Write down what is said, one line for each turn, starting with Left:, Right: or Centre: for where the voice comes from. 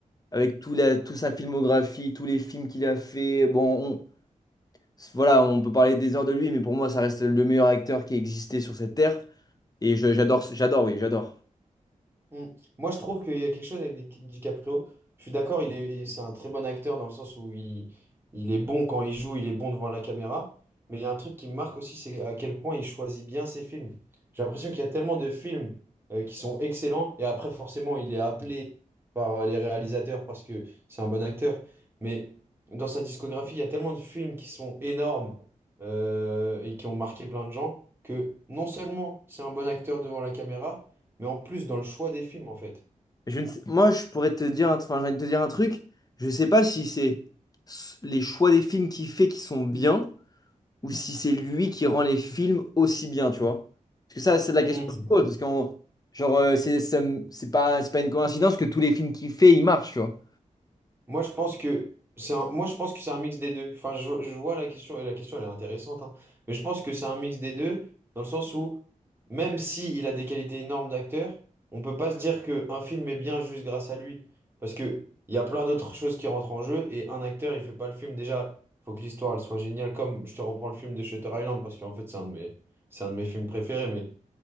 Left: avec tout la, toute sa filmographie, tous les films qu'il a fait. Bon, on, voilà, on peut parler des heures de lui, mais pour moi, ça reste le meilleur acteur qui a existé sur cette terre. Et je- j'adore, ce- j'adore, oui, j'adore.
Right: Mm. Moi, je trouve qu'il y a quelque chose avec Di- DiCaprio. Je suis d'accord, il est, il- c'est un très bon acteur dans le sens où il, il est bon quand il joue, il est bon devant la caméra. Mais il y a un truc qui me marque aussi, c'est à quel point il choisit bien ses films. J'ai l'impression qu'il y a tellement de films euh, qui sont excellents. Et après, forcément, il est appelé par euh, les réalisateurs parce que c'est un bon acteur. Mais dans sa discographie, il y a tellement de films qui sont énormes euh, et qui ont marqué plein de gens que non seulement c'est un bon acteur devant la caméra, mais en plus dans le choix des films en fait.
Left: Je ne sais- moi, je pourrais te dire, un- enfin, j'ai envie de te dire un truc. Je sais pas si c'est s- les choix des films qu'il fait qui sont bien, ou si c'est lui qui rend les films aussi bien, tu vois. Parce que ça, c'est la
Right: Mm.
Left: question que je pose, parce que genre, euh, c'est ça me- c'est pas, c'est pas une coïncidence que tous les films qu'il fait, ils marchent, tu vois.
Right: Moi, je pense que c'est un, moi, je pense que c'est un mix des deux. Enfin, je, je vois la question et la question, elle est intéressante, hein. Mais je pense que c'est un mix des deux dans le sens où même si il a des qualités énormes d'acteur, on peut pas se dire que un film est bien juste grâce à lui parce que il y a plein d'autres choses qui rentrent en jeu et un acteur, il fait pas le film. Déjà, faut que l'histoire elle soit géniale. Comme je te reprends le film de Shutter Island parce qu'en fait, c'est un de mes, c'est un de mes films préférés, mais